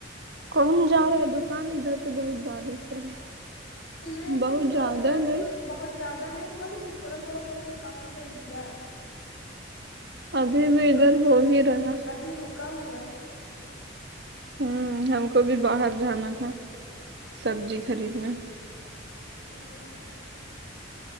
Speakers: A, on the right (about 55°); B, on the left (about 75°).
A: کون جا رہا ہے دکان ادھر تو بہت بارس ہے
B: نہیں ادھر
A: بہت
B: تھوڑا
A: زیادہ
B: تھوڑا
A: نہیں
B: بہت زیادہ نہیں ہوا لیکن تھوڑا تھوڑا کر کے کافی دیر گرا ا
A: ابھی بھی ادھر
B: ابھی
A: ہو ہی رہا
B: ابھی رکا ہوا ہے
A: ہوں ہم کو بھی باہر جانا تھا سبزی خریدنے
B: <unintelligible>